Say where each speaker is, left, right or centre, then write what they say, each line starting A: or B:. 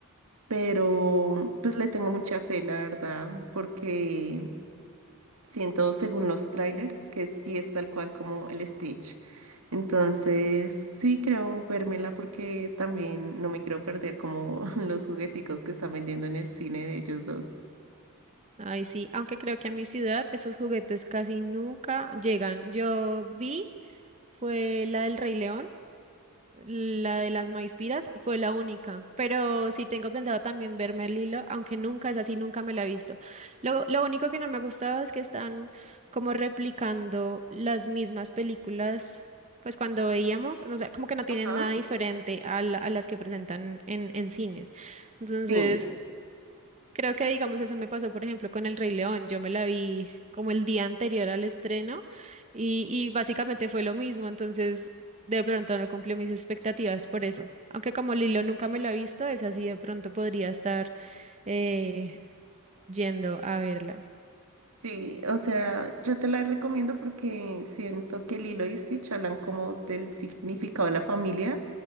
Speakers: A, on the right; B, on the right.
A: pero pues le tengo mucha fe, la verdad, porque siento según los trailers que sí es tal cual como el Stitch. Entonces, sí creo vérmela porque también no me quiero perder como <laughs> los jugueticos que están vendiendo en el cine de ellos dos.
B: Ay, sí, aunque creo que a mi ciudad esos juguetes casi nunca llegan. Yo vi, fue la del Rey León, La de las Maispiras fue la única, pero sí tengo pensado también verme el hilo, aunque nunca es así, nunca me la he visto. Lo, lo único que no me ha gustado es que están como replicando las mismas películas, pues cuando veíamos, o sea, como que no tienen
A: Ajá.
B: nada diferente a, la- a las que presentan en, en cines. Entonces,
A: Sí.
B: Creo que, digamos, eso me pasó, por ejemplo, con El Rey León. Yo me la vi como el día anterior al estreno y, y básicamente fue lo mismo. Entonces, de pronto no cumplió mis expectativas por eso. Aunque como Lilo nunca me la he visto, es así, de pronto podría estar eh, yendo a verla.
A: Sí, o sea, yo te la recomiendo porque siento que Lilo y Stitch hablan como del significado de la familia